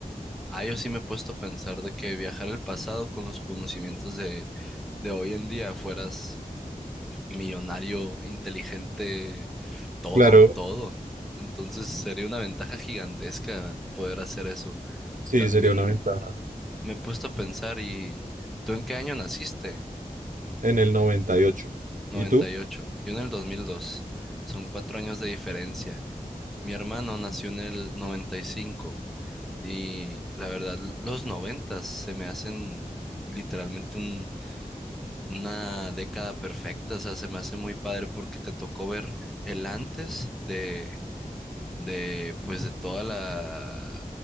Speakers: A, in the centre; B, on the right.
A: Ah, yo sí me he puesto a pensar de que viajar al pasado con los conocimientos de, de hoy en día fueras millonario, inteligente, todo,
B: Claro,
A: todo. Entonces sería una ventaja gigantesca poder hacer eso.
B: sí,
A: También
B: sería una ventaja.
A: me he puesto a pensar y ¿tú en qué año naciste?
B: En el 98.
A: noventa
B: ¿Y ocho. ¿Y tú?
A: y ocho Yo en el dos mil dos Son cuatro años de diferencia. Mi hermano nació en el noventa y cinco y la verdad los noventas se me hacen literalmente un, una década perfecta. O sea, se me hace muy padre porque te tocó ver el antes de de pues de toda la